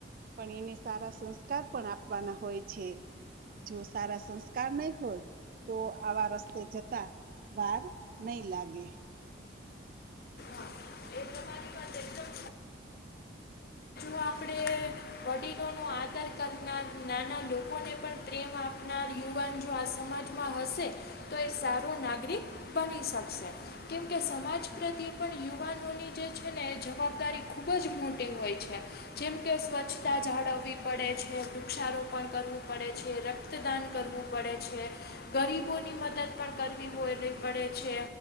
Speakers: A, on the right; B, on the left.
A: પણ એને સારા સંસ્કાર પણ આપવાના હોય છે. જો સારા સંસ્કાર નય હોય તો આવા રસ્તે જતા વાર નય લાગે.
B: હા એ તમારી વાત એકદમ તો આપણે વડીલો નો આદર કરનાર નાના લોકોને પણ પ્રેમ આપનાર યુવાન જો આ સમાજ માં વશે તો એ સારો નાગરિક બની શકશે. કેમકે સમાજ પ્રત્યે પણ યુવાનોની જે છે ને એ જવાબદારી ખૂબ જ મોટી હોય છે. જેમ કે સ્વચ્છતા જાળવવી પડે છે, વૃક્ષારોપણ કરવું પડે છે. રક્ત રક્તદાન કરવું પડે છે, ગરીબોની મદદ પણ કરવી હોય પડે છે.